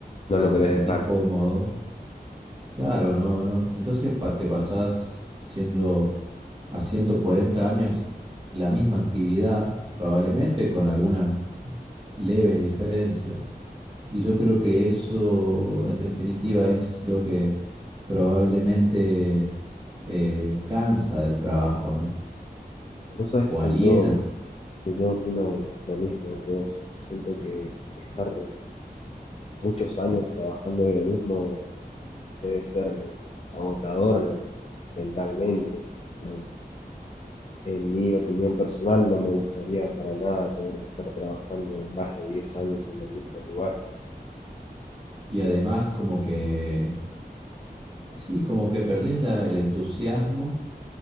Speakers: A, on the left; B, on the right.
A: no
B: que
A: lo
B: te
A: querés
B: sentís
A: dejar.
B: cómodo, Claro, no, no. Entonces pa- te pasás siendo, haciendo 40 años la misma actividad, probablemente con algunas leves diferencias. Y yo creo que eso, en definitiva, es lo que probablemente eh, cansa del trabajo, ¿no?
A: Vos sabés
B: O aliena.
A: que yo... que yo opino lo mismo que vos. Siento que estar muchos años trabajando de lo mismo debe ser agotador mentalmente. ¿no? En mi opinión personal, no me gustaría para nada tener que estar trabajando más de 10 años en el mismo lugar.
B: Y además
A: Eh,
B: como que, sí, como que perdés la- el entusiasmo,